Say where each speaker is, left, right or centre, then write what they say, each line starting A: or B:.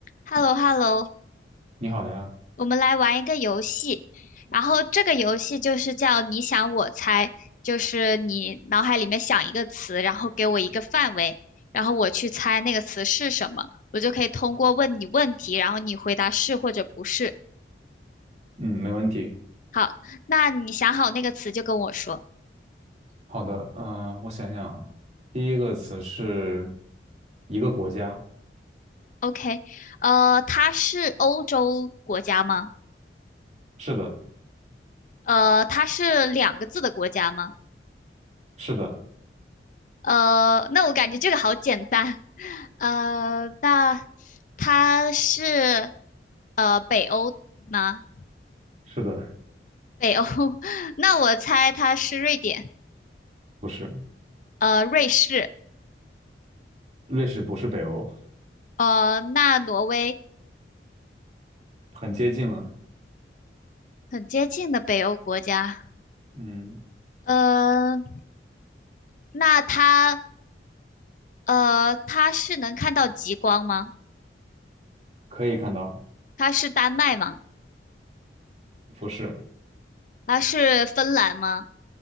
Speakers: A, on the left; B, on the right.
A: h e l l o h e l l o
B: 你好呀，
A: 我们来玩一个游戏，然后这个游戏就是叫你想我猜，就是你脑海里面想一个词，然后给我一个范围，然后我去猜那个词是什么，我就可以通过问你问题，然后你回答是或者不是。
B: 嗯，没问题。
A: 好，那你想好那个词就跟我说。
B: 好的，呃，我想想啊，第一个词是一个国家，
A: OK，呃，它是欧洲国家吗？
B: 是的，
A: 呃，它是两个字的国家吗？
B: 是的，
A: 呃，那我感觉这个好简单。<laughs> 呃，那它是呃北欧吗？
B: 是的，
A: 北欧，<laughs> 那我猜它是瑞典，
B: 不是，
A: 呃，瑞士，
B: 瑞士不是北欧，
A: 呃，那挪威
B: 很接近了，
A: 很接近的北欧国家。
B: 嗯，
A: 呃，那它呃，它是能看到极光吗？
B: 可以看到，
A: 它是丹麦吗？
B: 不是，
A: 它是芬兰吗？